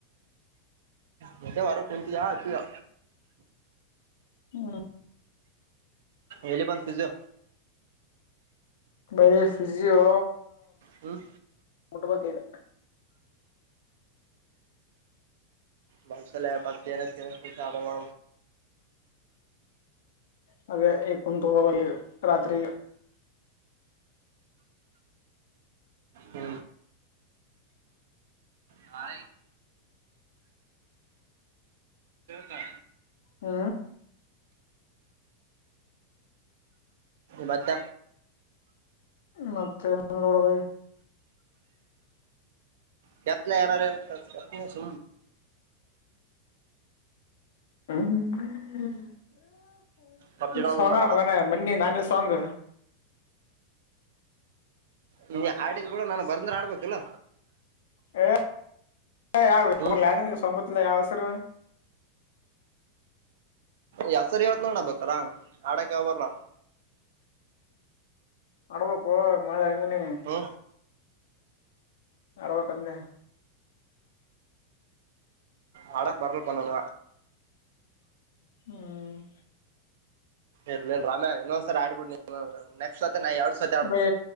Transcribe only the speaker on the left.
ಹ್ಮ
ಮಫಿಸಿಯೋ
ಮುಟ್ಬೇಕೈದ
<unintelligible> ರತ್ರಿ
ಹ್ಮ
ಮತ್ತೆ ನೋಡ್ಬ
ಹ್ಮ
ಸಂಗಣ
ಮುಗ ಮ ನಾನಿ ಸಾಂಗ
<unintelligible> ಯಾವ
ಸಂಗತ್ ಇಲ ಯ ಅವಸರ
ಮಡವಾಪ್ಪ ಮಳೆ ಅಂಗನ
ಅರವತ್ತೊಂದೇ
ಹ್ಮ್
ಬ